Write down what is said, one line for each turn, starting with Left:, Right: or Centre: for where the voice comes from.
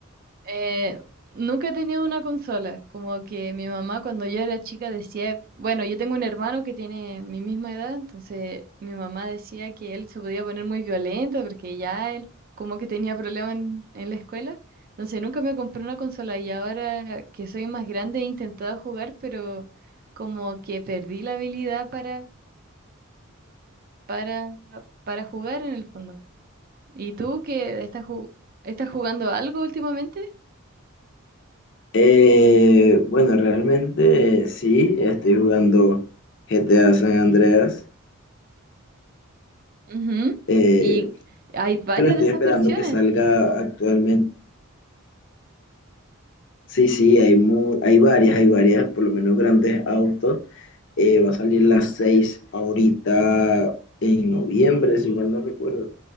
Right: Eh, nunca he tenido una consola, como que mi mamá cuando yo era chica decía, bueno, yo tengo un hermano que tiene mi misma edad, entonces mi mamá decía que él se podía poner muy violento porque ya él como que tenía problemas en, en la escuela, entonces nunca me compré una consola y ahora que soy más grande he intentado jugar, pero como que perdí la habilidad para, para, para jugar en el fondo. ¿Y tú que estás, ju- estás jugando algo últimamente?
Left: Eh, bueno, realmente sí, estoy jugando GTA San Andreas,
Right: Ujú.
Left: eh,
Right: Y hay varias
Left: pero estoy
Right: de esas
Left: esperando
Right: versiones.
Left: que salga actualmente. Sí, sí, hay, mu- hay varias, hay varias, por lo menos grandes autos. Eh, va a salir las 6 ahorita en noviembre, si mal no recuerdo.